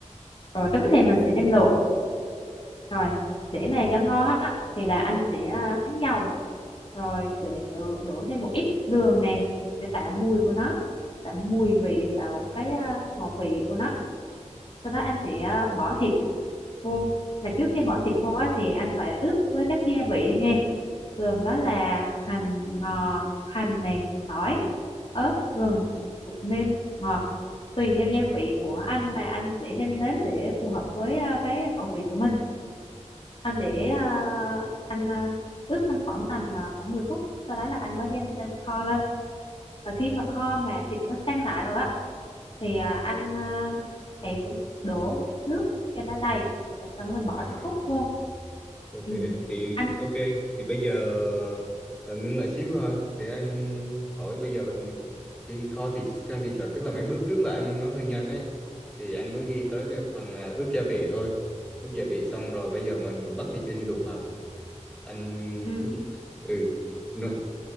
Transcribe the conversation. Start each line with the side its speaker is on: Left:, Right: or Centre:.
Left: Rồi trứng thì mình sẽ đem luộc Rồi, để mà cho ngon á thì là anh sẽ à, thắng dầu rồi để đổ thêm một ít đường nè để tạo mùi của nó, tạo mùi vị, tạo cái à, ngọt vị của nó. Sau đó anh sẽ à, bỏ thịt vô. Mà trước khi bỏ thịt vô á thì anh phải ướp với các gia vị nghe. Gồm đó là hành ngò, hành này tỏi, ớt, gừng, bột nêm, bột ngọt. Tùy theo gia vị của anh mà anh sẽ nêm nếm để phù hợp với à, cái khẩu vị của mình anh để à, anh à, ướp trong khoảng tầm à, khoảng mười phút sau đó là anh mới đem lên kho lên và khi mà kho mà thịt nó săn lại rồi á thì à, anh à, hãy đổ nước cho nó đầy và xong rồi bỏ
Centre: À.
Left: trứng cút vô
Centre: Ok
Left: ừ.
Centre: em thì
Left: anh
Centre: ok thì bây giờ ờ, ngưng lại xíu ha để anh hỏi bây giờ khi kho thịt sang thịt là tức là mấy bước trước là em nói hơi nhanh đấy thì anh mới ghi tới cái phần à, ướp gia vị thôi ướp gia vị xong rồi bây giờ mình bắt thịt lên luộc à anh
Left: ừ.
Centre: ừ nó,